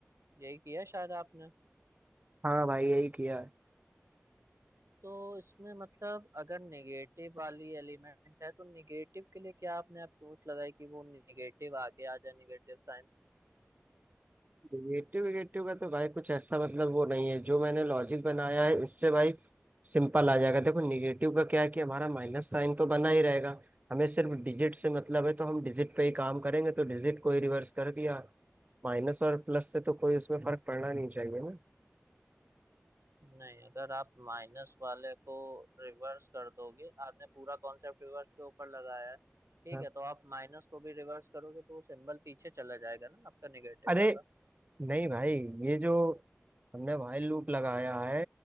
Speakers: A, on the right; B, on the right.
A: यही किया शायद आपने
B: हाँ भाई यही किया है
A: तो इसमें मतलब अगर नेगेटिव वाली एलिमेंट है तो नेगेटिव के लिए क्या आपने अप्रोच लगाई कि वो नेगेटिव आगे आ जाए नेगेटिव साइन
B: निगेटिव निगेटिव का तो भाई कुछ ऐसा मतलब वो नहीं है जो मैंने लॉजिक बनाया है इससे भाई सिंपल आ जाएगा देखो निगेटिव का क्या है कि हमारा माइनस साइन तो बना ही रहेगा हमें सिर्फ डिजिट से मतलब है तो हम डिजिट पे ही काम करेंगे तो डिजिट को ही रिवर्स कर दिया माइनस और प्लस से तो कोई उसमें फर्क पड़ना नहीं चाहिए ना
A: नहीं अगर आप माइनस वाले को रिवर्स कर दोगे आपने पूरा कॉन्सेप्ट रिवर्स के ऊपर लगाया है ठीक
B: हाँ।
A: है तो आप माइनस को भी रिवर्स करोगे तो वो सिंबल पीछे चला जाएगा ना आपका नेगेटिव
B: अरे
A: वाला
B: नहीं भाई ये जो हमने भाई लूप लगाया है